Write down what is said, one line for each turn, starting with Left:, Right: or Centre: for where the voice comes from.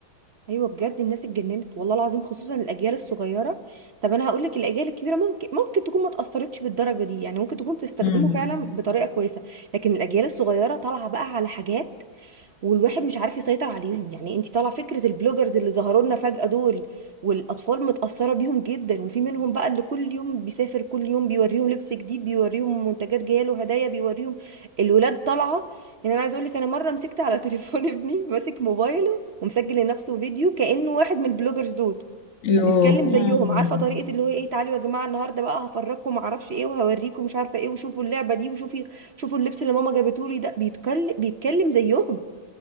Right: ايوه بجد الناس اتجننت والله العظيم خصوصا الاجيال الصغيره طب انا هقول لك الاجيال الكبيره ممكن ممكن تكون ما اتاثرتش بالدرجه دي يعني ممكن تكون بتستخدمه
Left: مم.
Right: فعلا بطريقه كويسه لكن الاجيال الصغيره طالعه بقى على حاجات والواحد مش عارف يسيطر عليهم يعني انت طالعه فكره البلوجرز اللي ظهروا لنا فجأة دول والاطفال متأثره بيهم جدا وفي منهم بقى اللي كل يوم بيسافر كل يوم بيوريهم لبس جديد بيوريهم منتجات جايه له هدايا بيوريهم الولاد طالعه يعني انا عايزه اقول لك انا مره مسكت على تليفون <laughs> ابني ماسك موبايله ومسجل لنفسه فيديو كأنه واحد من البلوجرز دول
Left: يوه
Right: وبيتكلم
Left: مم.
Right: زيهم عارفه طريقه اللي هو ايه تعالوا يا جماعه النهارده بقى هفرجكم معرفش ايه وهوريكم مش عارفه ايه وشوفوا اللعبه دي وشوفي شوفوا اللبس اللي ماما جابته لي ده بيتكلم بيتكلم زيهم